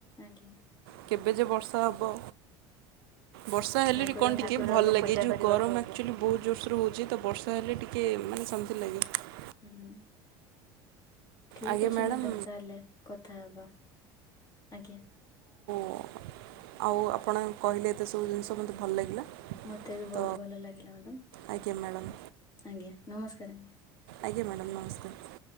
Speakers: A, on the left; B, on the right.
A: ଆଜ୍ଞା
B: କେବେ ଯେ ବର୍ଷା ହେବ। ବର୍ଷା ହେଲେ
A: ଠାକୁରଙ୍କୁ
B: ବି କଣ ଟିକେ
A: ପୂଜା
B: ଭଲ
A: କରିବାକୁ
B: ଲାଗେ ଯୋଉ
A: ହବ
B: ଗରମ ଆକଚୁଆଲି ବହୁତ ଯୋର୍ସେରେ ହଉଛି ତ ବର୍ଷା ହେଲେ ଟିକେ। କିଏ ମାନେ ସେ <inaudible>
A: ହୁଁ। ଠିକ
B: ଆଜ୍ଞା
A: ଅଛି
B: ମ୍ୟାଡ଼ାମ୍
A: ମ୍ୟାଡ଼ାମ ତାହଲେ କଥା ହେବା। ଆଜ୍ଞା
B: ଓ ଆଉ ଆପଣ କହିଲେ ଏତେ ସବୁ ଜିନିଷ ମୋତେ ଭଲ ଲାଗିଲା
A: ମତେ ବି ବହୁତ
B: ତ
A: ଭଲ ଲାଗିଲା ମ୍ୟାଡ଼ାମ
B: ଆଜ୍ଞା ମ୍ୟାଡ଼ାମ୍
A: ଆଜ୍ଞା। ନମସ୍କାର ଆ।
B: ଆଜ୍ଞା ମ୍ୟାଡ଼ାମ୍ ନମସ୍କାର।